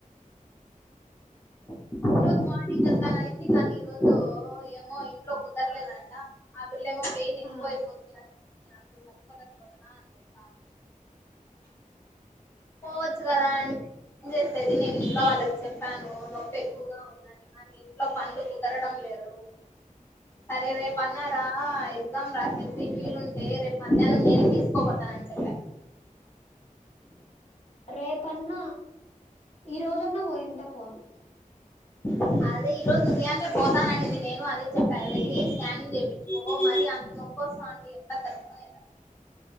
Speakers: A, on the left; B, on the left.
A: ఈ రు మార్నింగ్ వెళ్తాననిడి తను ఈ రోజు ఏమో ఇంట్లో కుదరలేదంట ఇప్పుడు ఏమో పెయిన్ ఎక్కువ
B: ఆ
A: అయిపోతుంది. నేను అసలు తటుకోలేకపోతున్న ఆ చెప్తా ఉంది పోవచ్చు కదా అన్ ఏం చేసేది నేను ఇంట్లో వాళ్ళకి చెప్పాను నొప్పి ఎక్కువు గా ఉందని కాని ఇంట్లో పనులు కుదరడం లేదు. సరే రేపు అన్నారా ఎగ్జామ్ రాసేసి వీలుంటే రేపు మధ్యాహ్నం నేనే తీసుకుపోతా ఆ చెప్ప
B: రేపన్న ఈరోజన్న పోయింటే పోను
A: <unintelligible> అదే ఈ రోజు ఉదయాన్నే పోతాననింది నేను అదే చెప్పాను వెళ్ళి స్కానింగ్ చూపించుకో మరి అంత నొప్పి కోస ఆంటీ అంత తట్టుకోలేదు